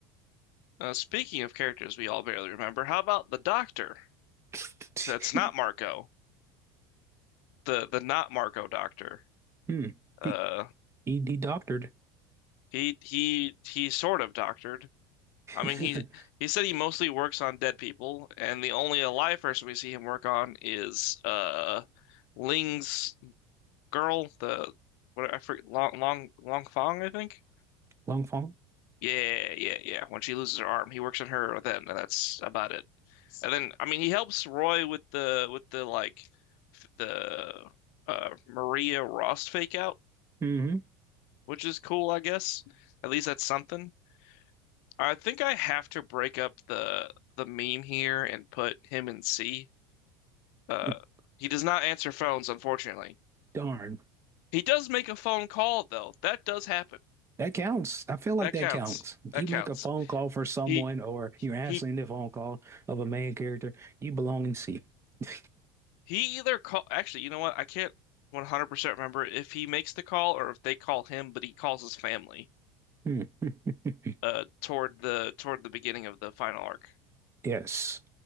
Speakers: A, on the left (about 65°); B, on the right (about 25°).
A: Uh, speaking of characters we all barely remember, how about the doctor?
B: <laughs>
A: That's not Marco. The the not Marco doctor.
B: Hmm.
A: Uh,
B: He, he he doctored.
A: he he he sort of doctored.
B: <laughs>
A: I mean, he he said he mostly works on dead people, and the only alive person we see him work on is uh Ling's girl, the what I forget, Long Long Long Fong, I think.
B: Long Fong.
A: Yeah, yeah, yeah. When she loses her arm, he works on her then, and that's about it. And then, I mean, he helps Roy with the with the like f- the uh Maria Rost fake out,
B: hmm
A: which is cool, I guess. At least that's something. I think I have to break up the the meme here and put him in C. Uh,
B: <laughs>
A: he does not answer phones, unfortunately.
B: Darn.
A: He does make a phone call though. That does happen.
B: That counts. I feel like
A: That
B: that
A: counts.
B: counts.
A: That
B: You
A: counts.
B: make a phone call for someone
A: He
B: or you're answering
A: he
B: the phone call of a main character, you belong in C. <laughs>
A: he either call actually, you know what? I can't 100% remember if he makes the call or if they call him, but he calls his family
B: Hmm. <laughs>
A: uh toward the toward the beginning of the final arc.
B: Yes.